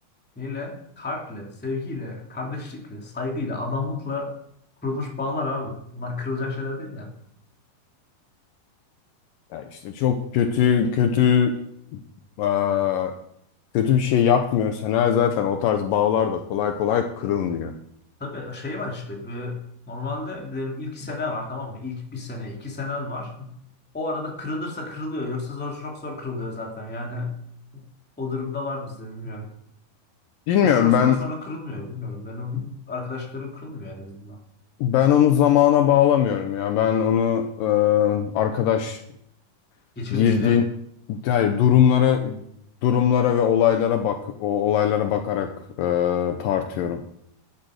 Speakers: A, in the centre; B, on the left (about 70°).
A: neyle? Kalple, sevgiyle, kardeşlikle, saygıyla, adamlıkla kurulmuş bağlar abi. Bunlar kırılacak şeyler değil yani.
B: ya işte çok kötü kötü eee, kötü bir şey yapmıyorsan eğer zaten o tarz bağlar da kolay kolay kırılmıyor.
A: Tabii e, şey var işte bir, normalde benim ilk sene var tamam mı? İlk bir sene iki senen var. O arada kırılırsa kırılıyor yoksa zor çok zor kırılıyor zaten yani o durumda var bizde bilmiyorum.
B: Bilmiyorum
A: Üç dört
B: ben
A: sene sonra kırılmıyor bilmiyorum benim arkadaşlarım kırılmıyor en azından.
B: ben onu zamana bağlamıyorum ya. Ben onu eee, arkadaş
A: Geçirmişliğe
B: girdiğin
A: mi?
B: hayır durumlara durumlara ve olaylara bak o olaylara bakarak eee, tartıyorum.